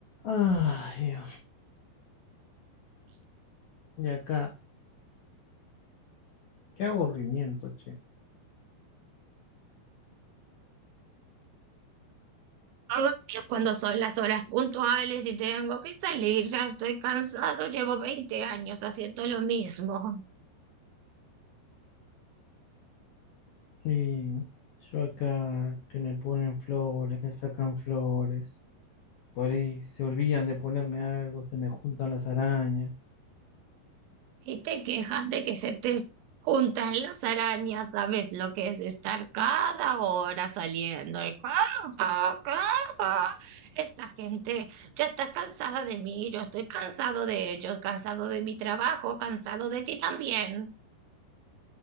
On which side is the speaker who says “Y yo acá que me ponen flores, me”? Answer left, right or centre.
Left